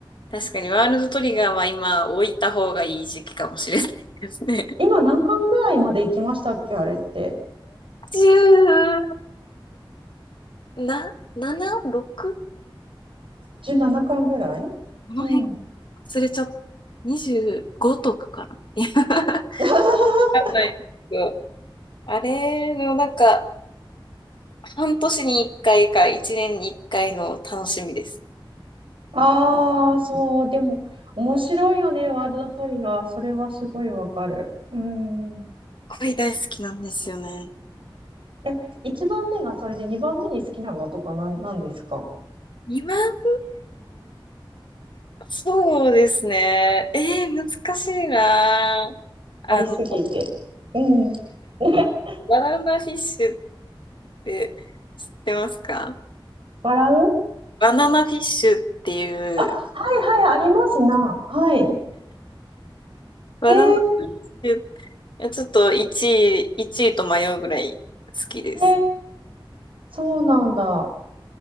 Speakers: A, on the left; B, on the right.
A: 確かにワールドトリガーは今置いた方がいい時期かもしれないですね。
B: 今何巻ぐらいまで行きましたっけ、あれって。
A: 10な、7、6?
B: 17巻ぐらいうん
A: この辺忘れちゃった。25とかかな。いやわか
B: <laughs>
A: んないですよあれのなんか、半年に一回か一年に一回の楽しみです。
B: ああ、そう、でも、面白いよね、ワールドトリガー。それはすごいわかる。うん。
A: 恋大好きなんですよね。
B: え、1番目がそれで2番目に好きなのとかなん、なんですか
A: 2番目、そうですね。えー、難しいな。あの、
B: ありすぎて。うん。<laughs>
A: バナナフィッシュっって知ってますか
B: 笑う
A: バナナフィッシュっていう、
B: あ、はいはい、ありますな。はい。
A: バナナフィッシュ、
B: えー、
A: いやちょっと1位、1位と迷うぐらい好きです。
B: えーそうなんだ。